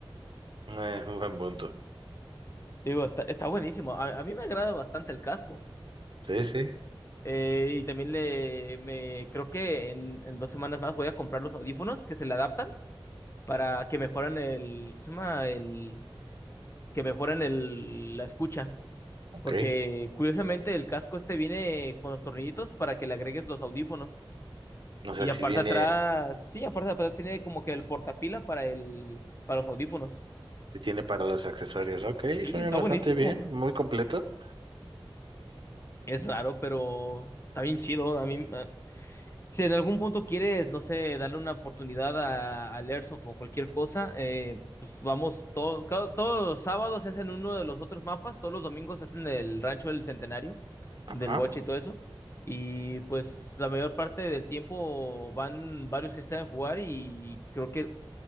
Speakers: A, on the right; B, on the left.
A: Eh, un buen punto.
B: Digo, está, está buenísimo. A, a mí me agrada bastante el casco.
A: Sí, sí,
B: Eh, y también le me creo que en, en dos semanas más voy a comprar los audífonos que se le adaptan para que mejoran el, ¿cómo se llama? El, que mejoran el, la escucha.
A: ok.
B: Porque curiosamente el casco este viene con los tornillitos para que le agregues los audífonos.
A: O sea,
B: Y aparte
A: si viene,
B: atrás, sí, aparte atrás tiene como que el portapila para el, para los audífonos.
A: si tiene para los accesorios. Ok,
B: Sí,
A: suena
B: está
A: bastante
B: buenísimo.
A: bien,
B: <laughs>
A: muy completo.
B: Es raro, pero está bien chido. A mí, eh, si en algún punto quieres, no sé, darle una oportunidad a, al Airsoft o cualquier cosa, eh, pues vamos, todo, cada- todos los sábados se hacen uno de los otros mapas, todos los domingos se hacen el Rancho del Centenario, del
A: Ajá.
B: Goche y todo eso. Y pues la mayor parte del tiempo van varios que se saben jugar y creo que